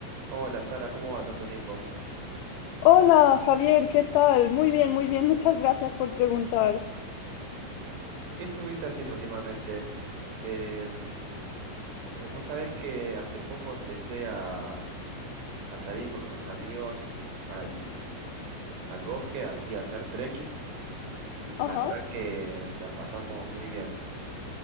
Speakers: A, on the right; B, on the left.
A: Hola Sara, ¿cómo va tanto tiempo?
B: Hola Javier, ¿qué tal? Muy bien, muy bien, muchas gracias por preguntar.
A: ¿Qué estuviste haciendo últimamente? Em, eh, vos sabés que hace poco empecé a, a salir con unos amigos al, al bosque, así a hacer trekking, y
B: Ajá.
A: la verdad que la pasamos muy bien.